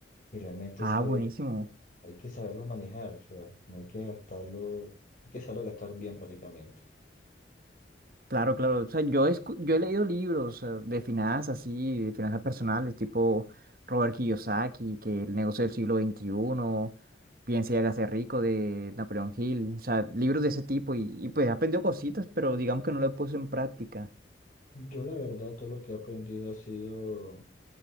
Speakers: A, on the left; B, on the right.
A: Y realmente
B: Ah,
A: saber,
B: buenísimo.
A: hay que saberlo manejar, o sea, no hay que gastarlo, hay que saberlo gastar bien prácticamente.
B: Claro, claro. O sea, yo he, escu- yo he leído libros eh, de finanzas, así, de finanzas personales, tipo Robert Kiyosaki, que el negocio del siglo XXI, Piense y hágase rico de Napoleón Hill. O sea, libros de ese tipo. Y, y pues he aprendido cositas, pero digamos que no lo he puesto en práctica.
A: Yo la verdad todo lo que he aprendido ha sido